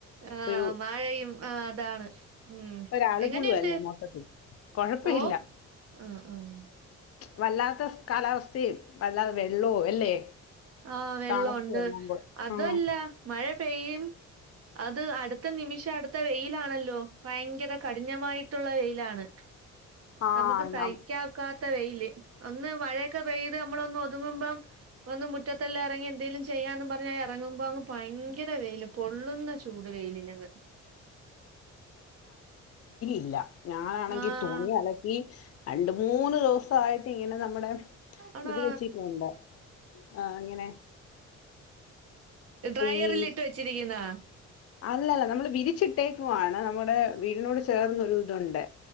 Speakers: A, on the right; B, on the left.
A: ആഹ്
B: ഒരു
A: മഴയും ആഹ് അതാണ് ഉം
B: ഒരളുപുളും
A: എങ്ങനെണ്ട്
B: അല്ലേ മൊത്തത്തിൽ കൊഴപ്പയില്ല
A: ഓഹ് ആഹ് ആഹ്
B: വല്ലാത്തഫ് കാലാവസ്തീം വല്ലാതെ വെള്ളോ അല്ലേ
A: ആഹ് വെള്ളവുണ്ട്
B: തണുപ്പും എല്ലാം കൂടെ
A: അതുമല്ല
B: ഉം
A: മഴ പെയ്യും അത് അടുത്ത നിമിഷം അടുത്ത വെയിലാണല്ലോ ഭയങ്കര കഠിനമായിട്ടുള്ള വെയിലാണ്
B: ആഹ്
A: നമുക്ക് സഹിക്കാൻ
B: നം
A: ഒക്കാത്ത തെ വെയില് ഒന്ന് മഴയൊക്കെ പെയ്ത് നമ്മളൊന്ന് ഒതുങ്ങുമ്പം ഒന്ന് മുറ്റ തെല്ലാ ഇറങ്ങി എന്തേലും ചെയ്യാന്നും പറ ഇറങ്ങുമ്പോ അങ്ങ് പയങ്കര വെയില് പൊള്ളുന്ന ചൂട് വെയിലനങ്ങ്
B: ഇല്ല ഞാനാണെങ്കി
A: ആഹ്
B: തുണി അലക്കി രണ്ട് മൂന്ന് ദിവസായിട്ട് ഇങ്ങനെ നമ്മടെ
A: ആണോ
B: ഇത് വെച്ചീട്ടുണ്ട് ആഹ് അങ്ങനെ
A: ഡ്രയറലിട്ട്
B: ഈ
A: വെച്ചിരിക്ക്ന്നാ
B: അല്ലല്ല നമ്മള് വിരിച്ചിട്ടേക്കുവാണ് നമ്മുടേ വീടിനോട് ചേർന്നൊരു തുണ്ട്